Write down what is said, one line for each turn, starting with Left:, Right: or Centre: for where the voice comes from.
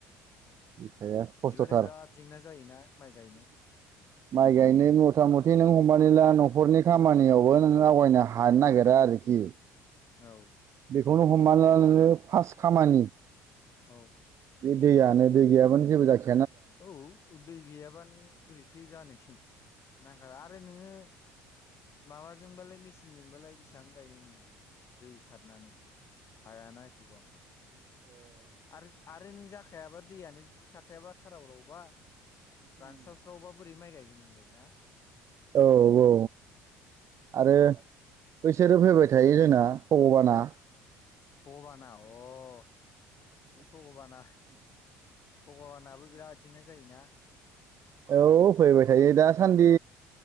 Right: दै थाया
Left: बिदिबाथाय
Right: खस्थ'थार
Left: बिराद जेंना जायोना माइ गायनो
Right: माइ गायनो मथा मथि नों हमनानै ला न'खरनि खामानियावबो नोङो आवगायनो हानो नागिरा आरोखि
Left: औ
Right: बेखौनो हमाना ला नोङो फार्स्ट खामानि
Left: औ
Right: बे दैयानो दै गैयाबानो जेबो जाखा
Left: औ दै गैयाबा नों बोरैथो जानो ना आरो आरो नोङो माबाजोंबालाय मेचिनजोंबालाय बिसां गायनो नोङो दै सारनानै हायाना एथबां आरो आरो नों जाखायाबा दैयानो जुदि थाखायाबा खाराव राव बा रानस्राव स्रावबा बोरै माइ गायगोन नोंलाय ना
Right: औ औ आरो बैसोरो
Left: औ
Right: फैबाय थायो जोंना फगबाना
Left: फगबाना अह बे भगबाना भगबानाबो बिराद जेंना जायोना
Right: औ फैबाय थायो दासान्दि